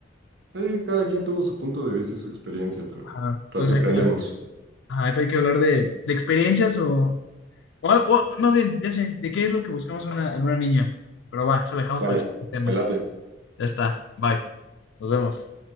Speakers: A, on the right; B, on the left.
A: Eh, cada quien tuvo su punto de vista y su experiencia, pero
B: Ajá. Entonces,
A: así aprendemos.
B: hay que ajá, ahorita hay que hablar de, de experiencias o, o, o, más bien, ya sé, de qué es lo que buscamos una, en una niña, pero va, eso lo dejamos
A: Vale,
B: para el siguiente tema.
A: me late.
B: Ya está. Bye. Nos vemos.